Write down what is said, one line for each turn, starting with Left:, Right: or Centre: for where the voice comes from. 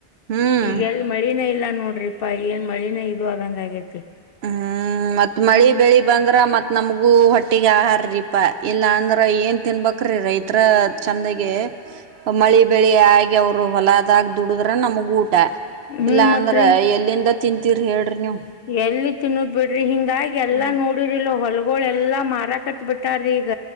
Right: ಹ್ಮ್
Left: ಈಗ ಎಲ್ ಮಳಿನ ಇಲ್ಲ ನೋಡ್ರಿಪಾ ಏನ್ ಮಳಿನ ಇದು ಅದಂಗ ಆಗೇತಿ.
Right: ಹ್ಮ್ ಮತ್ ಮಳಿ
Left: ಹ್ಮ್
Right: ಬೆಳಿ ಬಂದ್ರ ಮತ್ ನಮಗೂ ಹೊಟ್ಟಿಗೆ ಆಹಾರ ರೀಪ. ಇಲ್ಲ ಅಂದ್ರ ಏನ್ ತಿನ್ಬೇಕ್ರಿ ರೈತರ ಚಂದಾಗ ಮಳೆ ಬೆಳಿ ಆ. ಅವರು ಹೊಲದಾಗ ದುಡುದ್ರ ನಮಗ ಊಟ
Left: ಹ್ಮ್
Right: ಇಲ್ಲಾ
Left: ಮತ್ರಿ
Right: ಅಂದ್ರ ಎಲ್ಲಿಂದ. ತಿಂತೀರಿ ಹೇಳಿರಿ ನೀವು.
Left: ಎಲ್ಲಿ ತಿನ್ನದ್ ಬಿಡ್ರಿ ಹಿಂಗಾಗಿ ಎಲ್ಲಾ
Right: ಹ್ಮ್
Left: ನೋಡಿರಿಿಲ್ಲ ಹೊಲ್ಗ. ಎಲ್ಲ ಮಾರ ಕತ್ ಬಿಟ್ಟಾರೀ ಈಗ